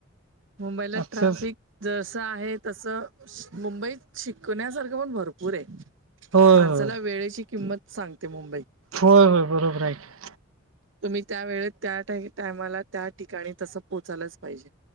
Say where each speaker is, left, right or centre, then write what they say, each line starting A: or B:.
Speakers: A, on the right; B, on the right.
A: मुंबईला
B: अक्षर
A: ट्राफिक जसं आहे तसं मुंबईत शिकण्यासारखं पण भरपूर आहे.
B: होय
A: माणसाला
B: होय
A: वेळेची किंमत सांगते मुंबईत.
B: होय होय बरोबर आहे की
A: तुम्ही त्या वेळे त्या टायमाला त्या ठिकाणी तसं पोहचायलाच पाहिजे.